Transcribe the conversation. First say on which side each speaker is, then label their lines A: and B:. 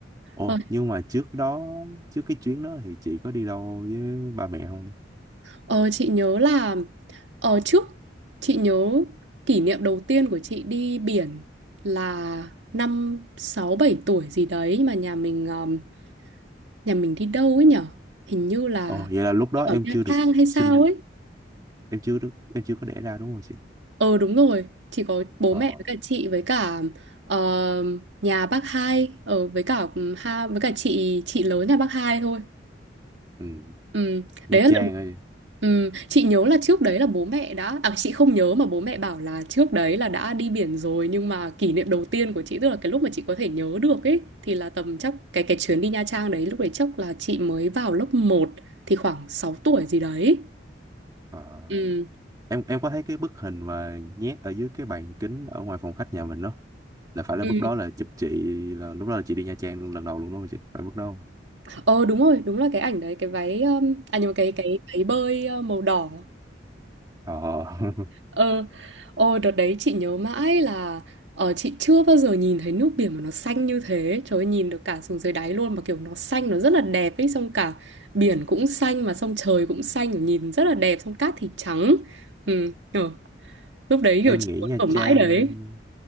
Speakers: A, on the right (about 20°); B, on the right (about 80°).
A: Ồ
B: Ờ,
A: nhưng mà trước đó trước cái chuyến đó thì chị có đi đâu với ba mẹ không
B: ờ, chị nhớ là ở trước chị nhớ kỷ niệm đầu tiên của chị đi biển là năm 6 7 tuổi gì đấy nhưng mà nhà mình um, nhà mình đi đâu ấy nhở? Hình như là
A: Ồ vậy là lúc đó
B: đi
A: em
B: vào Nha
A: chưa được
B: Trang hay sao
A: sinh
B: ấy.
A: em chưa được em chưa có đẻ ra đúng không chị
B: Ờ đúng rồi, chỉ có bố
A: Ờ.
B: mẹ với cả chị với cả ờ, nhà bác hai ở với cả ừ, ha với cả chị chị lớn nhà bác hai thôi.
A: ừ.
B: Ừ,
A: Nha
B: đấy là
A: Trang
B: lần
A: ơi
B: ừ, chị nhớ là trước đấy là bố mẹ đã à chị không nhớ mà bố mẹ bảo là trước đấy là đã đi biển rồi nhưng mà kỷ niệm đầu tiên của chị tức là cái lúc mà chị có thể nhớ được ấy thì là tầm chắc cái cái chuyến đi Nha Trang đấy lúc đấy chắc là chị mới vào lớp một thì khoảng 6 tuổi gì đấy.
A: ờ,
B: Ừ.
A: em em có thấy cái bức hình mà nhét ở dưới cái bàn kính ở ngoài phòng khách nhà mình đó là phải là
B: Ừ.
A: bức đó là chụp chị là lúc đó là chị đi Nha Trang luôn lần đầu luôn đúng không chị phải bức đó không?
B: Ờ đúng rồi, đúng là cái ảnh đấy, cái váy um, à nhưng mà cái cái váy bơi uh, màu đỏ.
A: ờ ờ. <laughs>
B: Ờ ờ đợt đấy chị nhớ mãi là ờ chị chưa bao giờ nhìn thấy nước biển mà nó xanh như thế. Trời ơi nhìn được cả xuống dưới đáy luôn mà kiểu nó xanh nó rất là đẹp ấy, xong cả biển cũng xanh mà xong trời cũng xanh, kiểu nhìn rất là đẹp, xong cát thì trắng. Ừ, ờ, lúc đấy
A: em
B: kiểu chị
A: nghĩ
B: muốn
A: Nha
B: ở mãi
A: Trang
B: đấy.